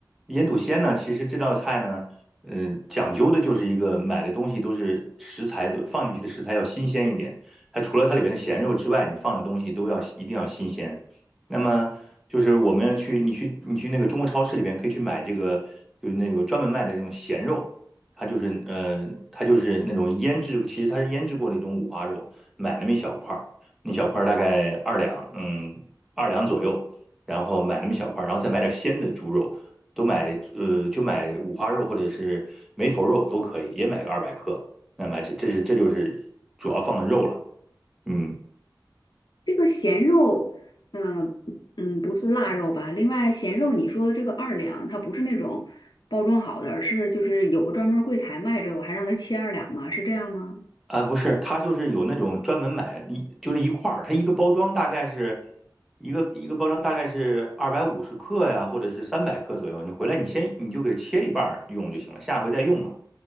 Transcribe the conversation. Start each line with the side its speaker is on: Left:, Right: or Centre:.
Centre: 腌笃鲜呢，其实这道菜呢，呃，讲究的就是一个买的东西都是食材都放进去的食材要新鲜一点。它除了它里边的咸肉之外，你放的东西都要一定要新鲜。那么就是我们去，你去你去那个中国超市里边可以去买这个，就是那个专门卖的这种咸肉，它就是呃，它就是那种腌制，其实它是腌制过的一种五花肉，买那么一小块儿，那小块儿大概二两，嗯，二两左右。然后买那么小块然后再买点鲜的猪肉，都买呃就买五花肉或者是梅头肉都可以，也买个二百克。那么这这是这就是主要放的肉了，嗯
Left: 这个咸肉，嗯嗯，不是腊肉吧？另外，咸肉你说这个二两，它不是那种包装好的，而是就是有个专门儿柜台卖这个我还让他切二两吗？是这样吗？
Centre: 啊不是，它就是有那种专门买一就是一块儿，它一个包装大概是一个一个包装大概是二百五十克呀，或者是三百克左右。你回来你先你就给它切一半儿用就行了，下回再用嘛。